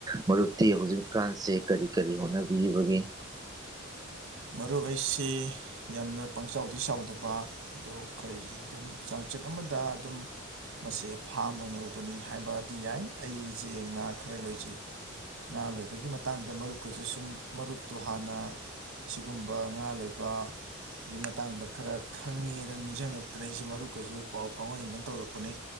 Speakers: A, on the right; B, on the right.
A: ꯃꯔꯨꯞꯇꯤ ꯍꯧꯖꯤꯛꯀꯥꯟꯁꯦ ꯀꯔꯤ ꯀꯔꯤ ꯍꯣꯠꯅꯕꯤꯔꯤꯕꯒꯦ꯫
B: ꯃꯔꯨꯞ ꯑꯩꯁꯤ ꯌꯥꯝꯅ ꯄꯪꯆꯥꯎ ꯗꯤ ꯆꯥꯎꯗꯕꯥ ꯑꯗꯨ ꯀꯔꯤꯒꯤ ꯑꯗꯨꯝ ꯆꯥꯡꯆꯤꯠ ꯑꯃꯗꯥ ꯑꯗꯨꯝ ꯃꯁꯦ ꯐꯥꯝ ꯑꯣꯏꯅ ꯎꯕꯅꯤ ꯍꯥꯏꯕ ꯗꯤ ꯌꯥꯏ ꯑꯩꯁꯦ ꯉꯥ ꯈꯔ ꯂꯣꯏꯖꯩ ꯉꯥ ꯂꯣꯏꯕꯒꯤ ꯃꯇꯥꯡꯗ ꯃꯔꯨꯞꯀꯁꯨ ꯁꯨꯝ ꯃꯔꯨꯞꯇꯨ ꯍꯥꯟꯅ ꯁꯤꯒꯨꯝꯕ ꯉꯥ ꯂꯣꯏꯕꯥ ꯒꯤ ꯃꯇꯥꯡꯗ ꯈꯔ ꯈꯪꯉꯦꯗꯅ ꯅꯤꯡꯁꯤꯡꯉꯛꯇꯅ ꯑꯩꯁꯦ ꯁꯤ ꯃꯔꯨꯞꯀꯁꯨ ꯄꯥꯎ ꯐꯥꯎꯅꯅꯤꯡꯗꯅ ꯇꯧꯔꯛꯄꯅꯤ